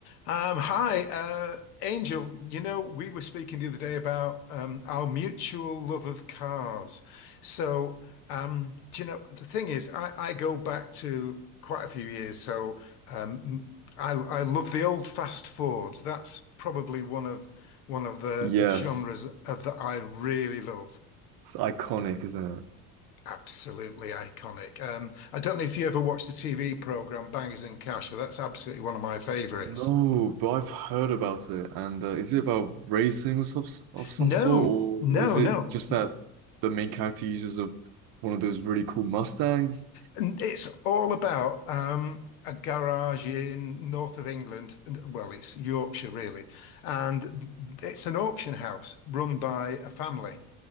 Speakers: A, on the left (about 85°); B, on the right (about 55°).
A: Um, hi, uh, Angel. You know, we were speaking the other day about um, our mutual love of cars. So, um, do you know, the thing is, I, I go back to quite a few years. So, um, I, I love the old fast Fords. That's probably one of one of the,
B: Yes.
A: the genres of that I really love.
B: It's iconic, isn't it?
A: Absolutely iconic. Um, I don't know if you ever watched the TV program Bangers and Cash, but that's absolutely one of my favorites.
B: No, but I've heard about it. And uh, is it about racing of some, of some
A: No,
B: sort,
A: no,
B: or is it
A: no.
B: just that the main character uses a, one of those really cool Mustangs?
A: And it's all about um, a garage in north of England, and well, it's Yorkshire really, and it's an auction house run by a family